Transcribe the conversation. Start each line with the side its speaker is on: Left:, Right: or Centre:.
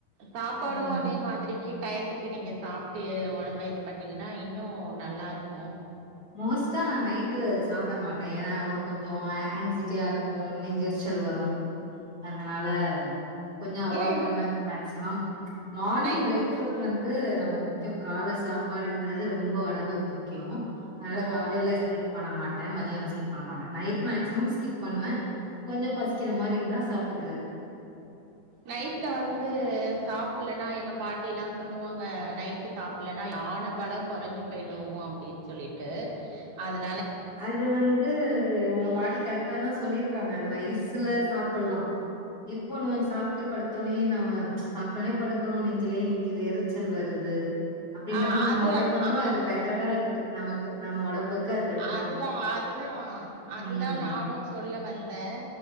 Right: சாப்பாடும்
Left: ம்
Right: அதே மாதிரிக்கு டயத்துக்கு நீங்க சாப்டு உடம்பு நம்ம இது பண்ணீங்கன்னா இன்னும் நல்லா இருக்கும்
Left: மோஸ்ட்டா நான் நைட்டு சாப்பிட மாட்டேன் ஏன்னா அவர் கொஞ்சம் ஆன்சைட்டியா இருக்கும் நெஞ்சிரச்சல் வரும் அதனால கொஞ்சம் அவாய்ட்
Right: ஏன்
Left: பண்ணுவேன் மேக்சிமம் மார்னிங்
Right: நைட்டு
Left: ப்ரேக்ஃபாஸ்ட் வந்து ரொம்ப முக்கியம் கால சாப்பாடுன்றது ரொம்ப உடம்புக்கு முக்கியம் அதனால
Right: ஓ!
Left: காலைல ஸ்கிப் பண்ண மா ட்டேன் மதியானம் ஸ்கிப் டேன் நைட் மேக்சிமம் ஸ்கிப் பண்ணுவன் கொஞ்சம் பசிக்கிற மாதிரி இருந்தா சாப்பிட்டுக்கிறது
Right: நைட்ல வந்து சாப்பலன்னா எங்க பாட்டி எல்லாம் சொல்லுவாங்க நைட்டு சாப்பலனா யானை பலம் குறைஞ்சு போயடுவோம் அப்படின்னு சொல்லிட்டு அதுல
Left: அது வந்து உங்க
Right: ம்
Left: பாட்டி கரெக்டா தான் சொல்லிரு க்காங்க அது வயசுல சாப்பிடலாம் இப்போ நமக்கு சாப்பிட்டு படுத்தோடனே நம்ம சாப்பிட்டோடனே படுக்கறோம் நெஞ்சிலேயே நக்குது எரிச்சல் வருது அப்படின்ற
Right: ஆ
Left: மாதி நம்ம
Right: அது
Left: அவாய்ட் பண்ணமோ
Right: ஆ
Left: அது பெட்டரா இருக்கு நமக்கு நம்ம உடம்பு க்கு பெட்
Right: அதுதான் அதுதான் அதுதான்
Left: ம்.
Right: நானும் சொல்ல வந்தேன்